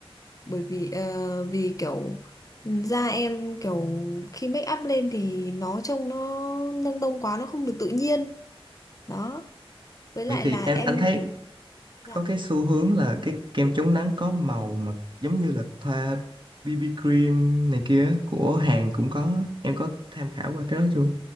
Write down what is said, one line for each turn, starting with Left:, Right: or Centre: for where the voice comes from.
Left: bởi vì ờ, vì kiểu ừ, da em kiểu khi make up lên thì nó trông nó nâng tông quá nó không được tự nhiên đó với lại
Right: Vậy thì
Left: là
Right: em
Left: em
Right: anh thấy
Left: dạ
Right: có cái xu hướng là cái kem chống nắng có màu mà giống như là thoa BB cream này kia của Hàn cũng có. Em có tham khảo qua cái đó chưa?